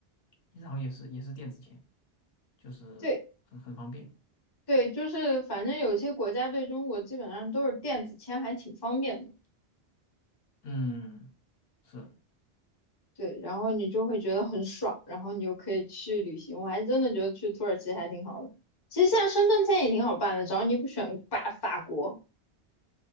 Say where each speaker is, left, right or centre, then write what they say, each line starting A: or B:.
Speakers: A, on the left (about 65°); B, on the left (about 30°).
A: 其实好像也是也是电子钱，就是很很方便，
B: 对对，就是反正有些国家对中国基本上都是电子签，还挺方便的。
A: 嗯，是。
B: 对，然后你就会觉得很爽，然后你就可以去旅行。我还真的觉得去土耳其还挺好的。其实现在申根签也挺好办的，只要你不选法法国。